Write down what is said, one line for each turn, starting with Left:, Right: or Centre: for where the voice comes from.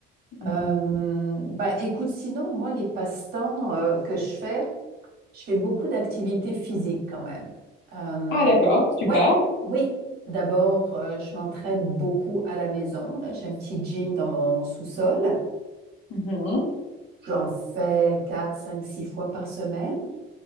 Left: Mhm.
Right: Euh, bah, écoute, sinon, moi, les passe-temps euh, que je fais, je fais beaucoup d'activités physiques quand même. Euh,
Left: Ah, d'accord, super.
Right: ouais, oui. D'abord, euh, je m'entraîne beaucoup à la maison. Là, j'ai un petit gym dans mon sous-sol.
Left: Mhm.
Right: J'en fais 4, 5, 6 fois par semaine.